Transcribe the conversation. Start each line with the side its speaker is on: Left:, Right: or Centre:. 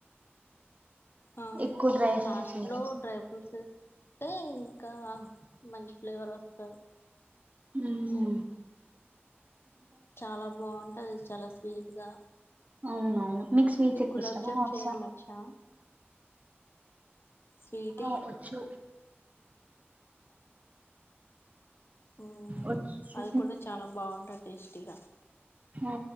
Left: ఆ
Right: ఎక్కువ డ్రై
Left: లాస్ట్
Right: ఫ్రూట్స్ వేసేస్
Left: లో డ్రై ఫ్రూట్స్ అంటే ఇంకా మంచి ఫ్లేవర్ వస్తాయి
Right: ఉమ్
Left: చాలా బాగుంటది చాలా స్వీట్ గా
Right: అవునవును మీకు స్వీట్స్
Left: నీకు
Right: ఎక్కువ
Left: గులాబ్
Right: ఇష్టమా
Left: జామ్
Right: హాట్సా
Left: చేయడం వచ్చు స్వీటీ
Right: ఆ వచ్చు
Left: ఓ
Right: వచ్చు
Left: అది కూడా చాలా బాగుంటది టేస్టీగా
Right: ఆ